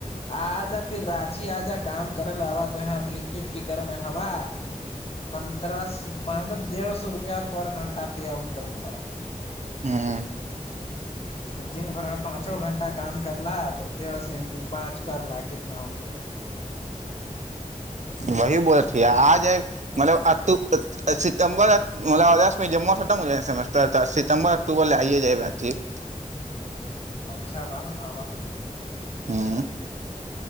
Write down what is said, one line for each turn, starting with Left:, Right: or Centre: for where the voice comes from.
Left: आ जा फिर रात पची आज काम करल हवा तो यहाँ ब्लिंकेट पीकरमे हवा पन्द्रह पान तँ डेढ़ सौ रुपैआ पर घण्टवा पेआउट करतबा
Right: हँ
Left: तऽ दिन भरिमे पाँचो घंटा काम करला तऽ डेढ़ सेंटू पाँच करला कितना होइ छै
Right: वही बोलत हिया आ जाइब मतलब अ तु क सितम्बर मतलब अगस्त मे जमवा खत्म हो जाइ सेमेस्टर तऽ तऽ सितम्बर
Left: हँ
Right: अक्टूबर ले आइ जेबइ चेत
Left: अच्छा वाह आबह
Right: ह